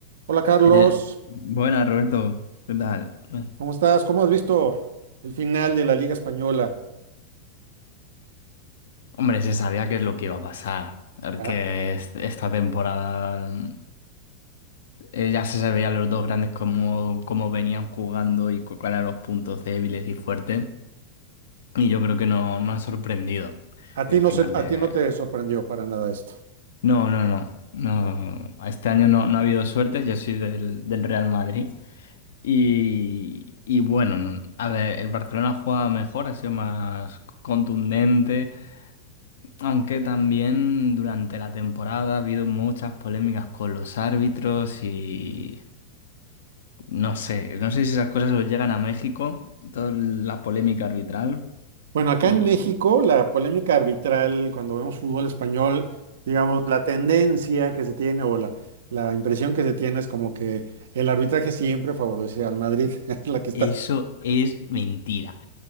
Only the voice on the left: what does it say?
Eh, buenas, Roberto. ¿Qué tal? Eh,
Hombre, se sabía qué es lo que iba a pasar. Porque
es- esta temporada mm, eh, ya se veían los dos grandes cómo, cómo venían jugando y cu- cuáles eran los puntos débiles y fuertes. Y yo creo que no, no ha sorprendido
el
final
de...
No, no, no. No, este año no, no ha habido suerte. Yo soy del, del Real Madrid. Y, y bueno, no- a ver, el Barcelona juega mejor, ha sido más contundente, aunque también durante la temporada ha habido muchas polémicas con los árbitros y no sé, no sé si esas cosas os llegan a México, toda la polémica arbitral
y
<laughs>
eso es mentira.